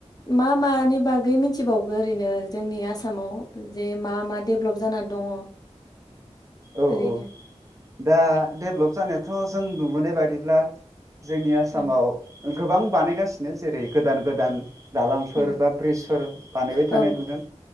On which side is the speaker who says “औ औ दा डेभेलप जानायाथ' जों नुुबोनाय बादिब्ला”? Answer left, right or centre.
Right